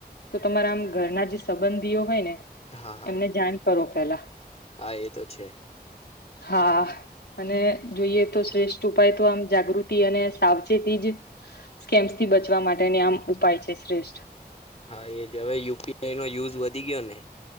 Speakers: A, on the left; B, on the left.
A: તો તમારા આમ ઘરના જે સંબંધીઓ હોય ને
B: હા હા
A: એમને જાન કરો પેલા.
B: હા એ તો છે.
A: હા. અને જોઈએ તો શ્રેષ્ઠ ઉપાય તો આમ જાગૃતિ અને સાવચેતી જ સ્કેમ્સથી બચવા માટેને આમ ઉપાય છે શ્રેષ્ઠ.
B: હા એજ હવે યુપીઆઈ નો યુઝ વધી ગયો ને